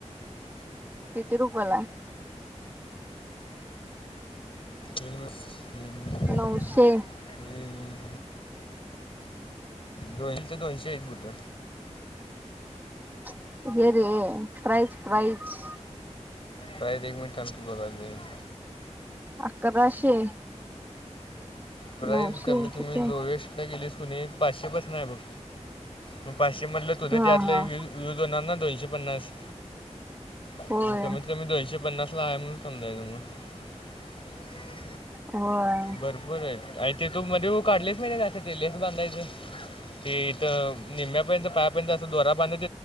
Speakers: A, on the right (about 15°); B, on the left (about 45°).
A: किती रुपला
B: ह ह
A: नऊशे
B: ह दोन ते दोनशे एक बुट
A: <inaudible> हे रे प्राईज -प्राईज
B: प्राईज एक मिनिट थांब की बघालोय <inaudible>
A: अकराशे
B: प्राईस
A: नऊशे
B: कमी तुम्ही
A: किती
B: लोएस्ट गेली कुणी पाचशे पसन हाय बघ म पाचशे मधलं तुझं
A: हा
B: त्यातलं
A: हा
B: यूज होणार ना दोनशे पन्नास, आणि
A: होय
B: कमीत- कमी दोनशे पन्नास सलाय म्हणून समजायच म <inaudible>
A: होय
B: भरपूर आहेत <inaudible> आणि ते तू मध्ये काढलेस बघ ते लेस बांधायचं <inaudible> <inaudible> ते इथं निम्यापर्यंत पायापर्यंत असं दोरा बांधेत